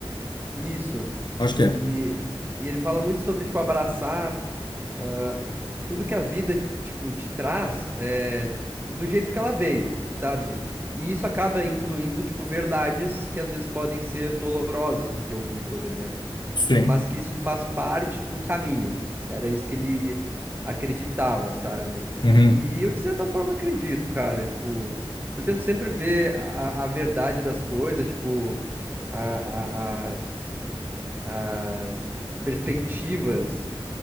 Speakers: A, on the right; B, on the left.
A: Isso.
B: Acho que é.
A: E, e ele fala muito sobre, tipo, abraçar ah, tudo que a vida, tipo, te traz é, do jeito que ela veio, sabe? E isso acaba incluindo, tipo, verdades que às vezes podem ser dolorosas de ouvir, por exemplo.
B: Sim.
A: mas que isso faz parte do caminho. Era isso que ele acreditava, sabe?
B: Uhum.
A: E eu, de certa forma, acredito, cara. Tipo, eu tento sempre ver a, a verdade das coisas, tipo, a- a- as, as perspectivas,